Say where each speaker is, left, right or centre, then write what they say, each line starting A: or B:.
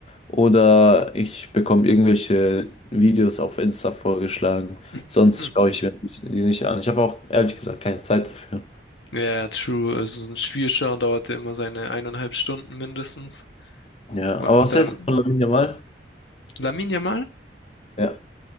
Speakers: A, on the left; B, on the left.
A: Oder ich bekomme irgendwelche Videos auf Insta vorgeschlagen.
B: <laughs>
A: Sonst
B: Hm.
A: schaue ich mir die die nicht an. Ich habe auch ehrlich gesagt keine Zeit dafür.
B: Ja, true. Also so ein Spiel schauen dauert ja immer seine eineinhalb Stunden mindestens.
A: Ja,
B: Und,
A: aber
B: und
A: was
B: dann
A: hältst du von Lamine Yamal?
B: Lamine Yamal?
A: Ja,